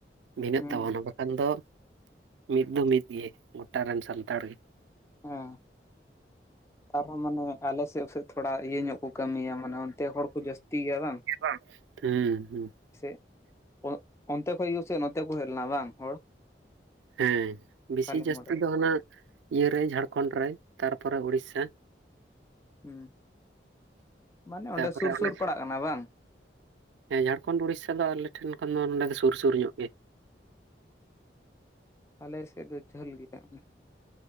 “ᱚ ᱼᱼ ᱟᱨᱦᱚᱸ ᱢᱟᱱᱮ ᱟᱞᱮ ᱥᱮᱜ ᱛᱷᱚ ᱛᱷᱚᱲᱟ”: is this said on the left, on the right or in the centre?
Left